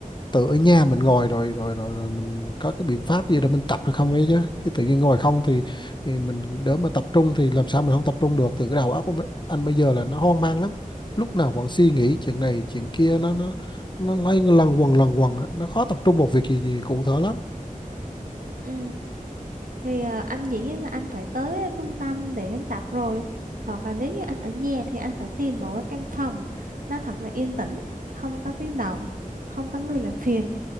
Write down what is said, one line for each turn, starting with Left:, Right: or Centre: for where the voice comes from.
Left: tự ở nhà mình ngồi rồi rồi rồi, rồi mình có cái biện pháp gì để mình tập hay không ấy chứ chứ tự nhiên ngồi không thì, thì mình đỡ mà tập trung thì làm sao mình không tập trung được từ cái đầu óc của mấy- anh bây giờ là nó hoang mang lắm lúc nào còn suy nghĩ chuyện này chuyện kia nó nó nó lay lần quần lần quần á. nó khó tập trung một việc gì, gì cụ thể lắm
Right: Ừ. Thì ờ, anh dĩ nhiên là anh phải tới trung tâm để anh tập rồi. Hoặc là nếu như anh ở nhà thì anh phải tìm một cái căn phòng nó thật là yên tĩnh, không có tiếng động, không có người làm phiền.